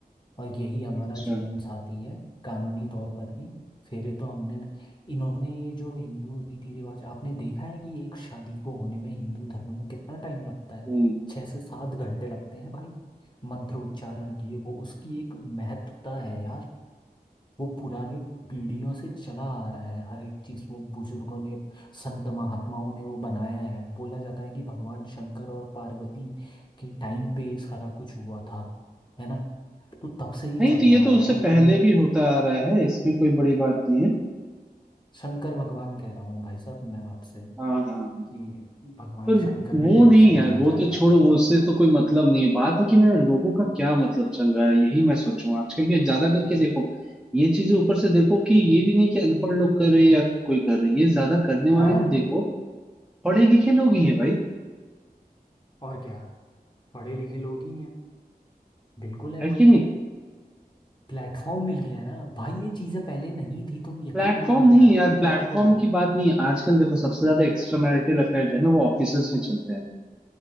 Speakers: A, on the left; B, in the centre.
A: और यही हमारा
B: अच्छा
A: जीवन साथी है कानूनी तौर पर भी फिर तो हमने न, इन्होंने ये जो हिंदू रीति रिवाज आपने देखा है कि एक शादी को होने में हिंदू धर्म में कितना टाइम लगता है
B: हम्म
A: छह से सात घंटे लगते हैं भाई मंत्र उच्चारण किए वो उसकी एक महत्वता है यार वो पुराने पीढ़ियों से चला आ रहा है हर एक चीज वो बुजुर्गों ने संत महात्माओं ने वो बनाया है बोला जाता है कि भगवान शंकर और पार्वती के टाइम पे ये सारा कुछ हुआ था है ना तो तब से ये
B: नहीं
A: चलता
B: तो ये तो
A: आ रहा
B: उससे
A: है और इन्होंने
B: पहले भी होता आ रहा है इसमें कोई बड़ी बात नहीं है
A: शंकर भगवान कह रहा हूँ भाई साहब मैं आपसे
B: हाँ हाँ हाँ
A: कि भगवान
B: पर
A: शंकर के
B: वो
A: टाइम
B: नहीं
A: से माना
B: यार वो
A: जाता
B: तो छोड़ो
A: है
B: वो उससे तो कोई मतलब नहीं है बात है कि मैं लोगों का क्या मतलब चल रहा है यही मैं सोचूं आजकल के ज्यादा करके देखो ये चीजें ऊपर से देखो कि ये भी नहीं कि अनपढ़ लोग कर रहे हैं या कोई कर रहे हैं ये ज्यादा करने
A: हाँ
B: वाले भी देखो पढ़े लिखे लोग ही है भाई
A: और क्या पढ़े लिखे लोग ही हैं बिल्कुल है
B: है
A: भाई
B: कि नहीं
A: प्लेटफॉर्म मिल गया ना भाई ये चीजें पहले नहीं थी तुम यकीन
B: प्लेटफॉर्म
A: मानो
B: नहीं
A: यार
B: यार
A: मेरी
B: प्लेटफॉर्म
A: बात को
B: की बात नहीं है आजकल देखो सबसे ज्यादा एक्स्ट्रा मैरिटल अफेयर जो है ना वो ऑफिसेज में चलते हैं